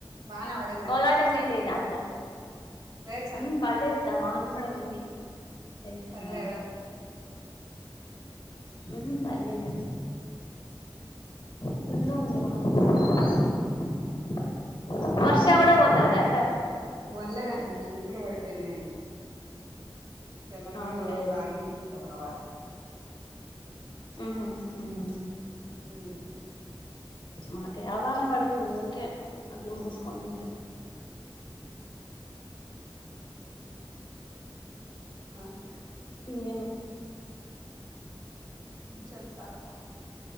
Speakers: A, on the right; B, on the left.
A: వాన వత్
B: కొలాటం ఎయ్యలేద అత్తా
A: వేచన్నారు
B: హుమ్ పల్లేదు అత్తా వానం మాడం ఉంది అయితుంద
A: పల్లేదా
B: మీకీ పల్లేద <unintelligible> వర్ష గుడా పోతద అత్త
A: వెళ్ళలే చినుకులు పడిపోయినాయి జమ్మలమడుగు
B: అవునులే
A: పోయి బెంగుళూర్ పోతారా
B: హుమ్ హూ హుమ్
A: హుమ్
B: మాకేవానపడదు ఊరికే అట్లు మూసుకొని ఉంటది
A: అవును
B: ఇంకేమీ
A: చెప్పారా